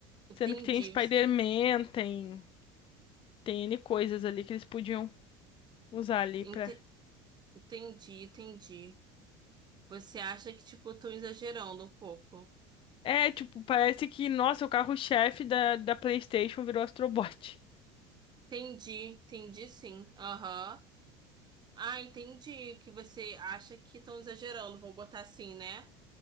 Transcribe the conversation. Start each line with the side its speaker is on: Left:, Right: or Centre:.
Right: Entendi,
Left: sendo que tem Spider-Man, tem, tem N coisas ali que eles podiam usar ali
Right: ente-
Left: pra...
Right: entendi, entendi. Você acha que, tipo, estão exagerando um pouco?
Left: É, tipo, parece que, nossa, o carro-chefe da, da PlayStation virou Astrobot.
Right: Entendi, entendi sim. Aham. Ah, entendi que você acha que estão exagerando, vou botar assim, né?